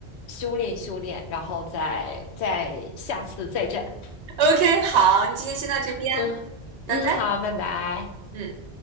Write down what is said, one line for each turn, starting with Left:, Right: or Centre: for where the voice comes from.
Left: 修炼修炼，然后再再下次再战。
Right: ，OK，好，你今天先到这边，
Left: 嗯嗯，
Right: 拜拜。
Left: 好，拜拜。
Right: 嗯。